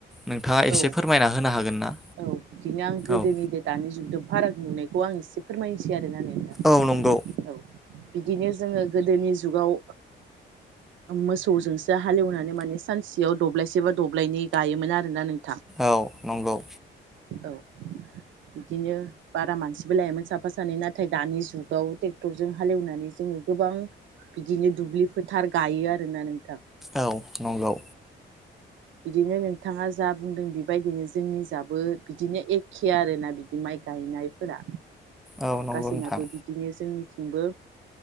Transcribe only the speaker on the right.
औ
औ बिदिनो आं गोदोनिद
दानि जुदों फाराग नुनायखौ आं एसे। फोरमायनोसै आरोना नोंथां
औ बिदिनो जोङो गोदोनि जुगाव मोसौजोंसो हालेवनानै माने सानसेयाव दब्लायसे बा दब्लायनै गायोमोन आरोना नों
औ बिदिनो बारा मानसिबो लायामोन साफा सानै नाथाय दानि जुगाव ट्रेक्टरजों हालेवनानै जोङो गोबां बिदिनो दुब्लि फोथार गायो आरोना नों
बिदिनो नोंथाङा जा बुंदों बेबायदिनो जोंनि जाबोद बिदिनो एखे आरोना बिदि माइ गायनायफोरा
गासैनाबो
बिदिनो जोंनि बो